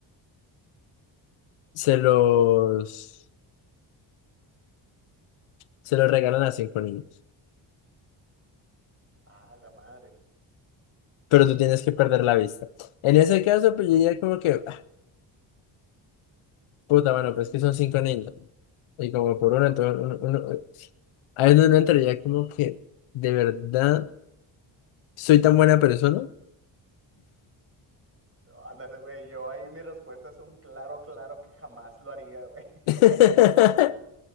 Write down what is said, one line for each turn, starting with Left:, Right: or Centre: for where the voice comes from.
Left: se los... Se lo regalan a cinco niños.
Right: Ah, la madre.
Left: Pero tú tienes que perder la vista. En ese caso, pues yo diría como que, ah, puta, bueno, pero es que son cinco niños. Y como por uno, entonces uno, uno- ahí es donde uno entraría como que, de verdad, soy tan buena persona.
Right: Ándale, güey, yo ahí mi respuesta es un claro, claro que jamás lo haría, güey.
Left: <laughs>
Right: <laughs>